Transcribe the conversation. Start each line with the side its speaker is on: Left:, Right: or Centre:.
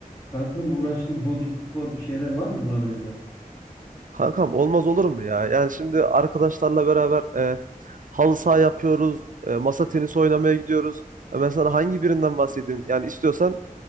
Left: Kankam uğraştığın hobi, spor bir şeyler var mı buna benzer?
Right: Kankam olmaz olur mu ya? Yani şimdi arkadaşlarla beraber e, halı saha yapıyoruz, e, masa tenisi oynamaya gidiyoruz. E, ben sana hangi birinden bahsedeyim? Yani istiyorsan